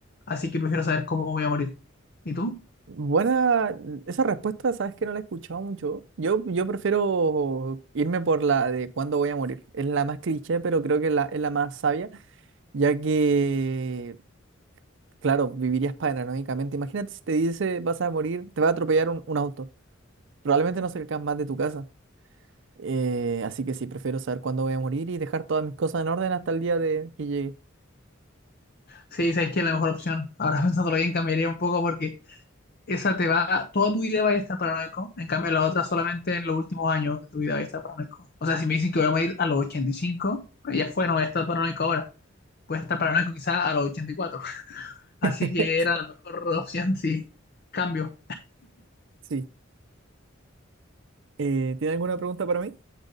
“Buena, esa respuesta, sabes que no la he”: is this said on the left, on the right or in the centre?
Right